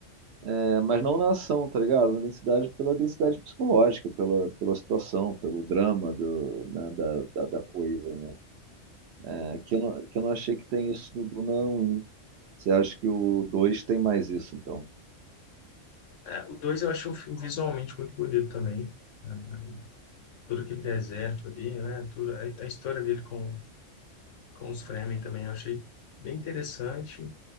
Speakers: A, on the right; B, on the left.
A: é, mas não na ação, tá ligado? Uma densidade pela densidade psicológica, pela, pela situação, pelo drama do, né, da, da, da coisa, né? É, que eu não, que eu não achei que tem isso no Duna 1. Você acha que o dois tem mais isso, então?
B: É, o 2 eu achei o filme visualmente muito bonito também. né? Todo aquele deserto ali, né? Tudo, a, a história dele com, com os Fremen também eu achei bem interessante.